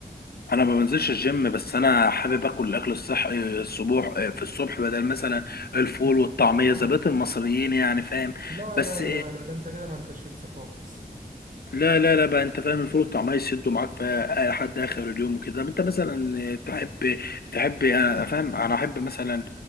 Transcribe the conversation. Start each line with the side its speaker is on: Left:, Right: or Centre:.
Left: انا ما بنزلش الجيم بس انا حابب اكل الاكل الصحي الصبح في الصبح بدل مثلا الفول والطعميه زي بقية المصريين يعني فاهم
Right: لا
Left: بس
Right: لا لا لا ده أنت كده ما أنتش هيلث خالص
Left: لا لا لا بقى انت فاهم الفول طعمها يسدوا معاك في لحد اخر اليوم وكده طب انت مثلا تحب تحب يعني انا فاهم انا احب مثلا